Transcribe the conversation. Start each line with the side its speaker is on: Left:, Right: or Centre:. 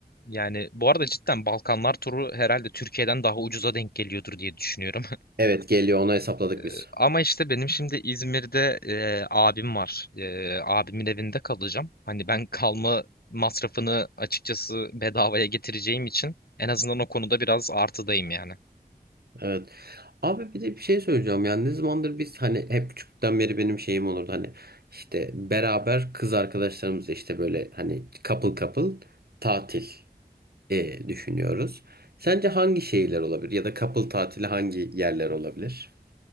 Left: yani bu arada cidden Balkanlar turu herhalde Türkiye'den daha ucuza denk geliyordur diye düşünüyorum.
Right: Evet geliyor onu hesapladık
Left: <laughs>
Right: biz.
Left: Ama işte benim şimdi İzmir'de e, abim var. E, abimin evinde kalacağım. Hani ben kalma masrafını açıkçası bedavaya getireceğim için en azından o konuda biraz artıdayım yani.
Right: Evet. Abi bir de bir şey söyleyeceğim yani ne zamandır biz hani hep küçükten beri benim şeyim olurdu hani işte beraber kız arkadaşlarımızla işte böyle hani couple couple tatil. e, düşünüyoruz. Sence hangi şehirler olabilir ya da couple tatili hangi yerler olabilir?